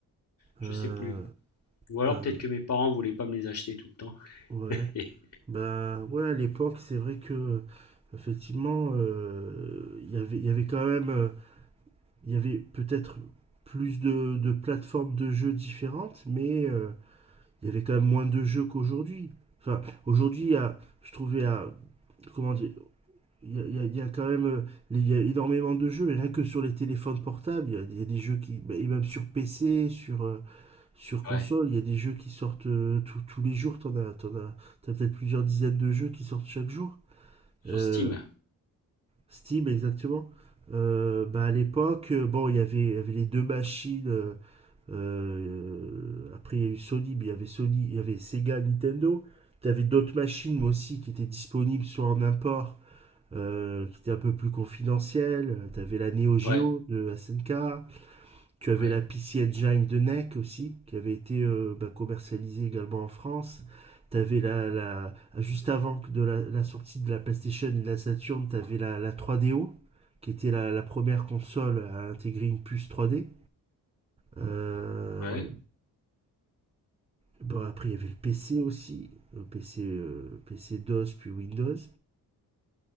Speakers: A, on the left; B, on the right.
A: Je
B: Euh,
A: sais plus. Ou alors
B: ben
A: peut-être que mes parents voulaient pas me les acheter tout le temps.
B: ouais.
A: <laughs>
B: Ben ouais, à l'époque, c'est vrai que euh, effectivement, euh, il y avait, il y avait quand même, euh, il y avait peut-être plus de, de plateformes de jeux différentes, mais euh, il y avait quand même moins de jeux qu'aujourd'hui. Enfin, aujourd'hui, il y a- je trouvais à. Comment dire il y, a, il y a- il y a quand même euh, il y a énormément de jeux, mais rien que sur les téléphones portables, il y a, il y a des jeux qui. Et même sur PC, sur, euh, sur console,
A: Ouais,
B: il y a des jeux qui sortent euh, tous tous les jours. T'en as, t'en as, t'as peut-être plusieurs dizaines de jeux qui sortent chaque jour.
A: sur
B: Euh,
A: Steam.
B: Steam, exactement. Euh, bah, à l'époque, euh, bon, il y avait, il y avait les deux machines. euh, euh, après, il y a eu Sony, mais il y avait Sony, il y avait Sega, Nintendo. Tu avais d'autres machines aussi qui étaient disponibles soit en import, euh, qui étaient un peu plus confidentielles. Tu avais la Neo Geo
A: Ouais,
B: de SNK. Tu avais
A: ouais,
B: la PC Engine de NEC aussi, qui avait été euh, bah, commercialisée également en France. Tu avais la, la, juste avant de la, la, sortie de la PlayStation et de la Saturn, tu avais la, la 3DO, qui était la, la première console à intégrer une puce 3D. Euh,
A: ouais.
B: Bon, après, il y avait le PC aussi. Le PC, euh, PC DOS, puis Windows.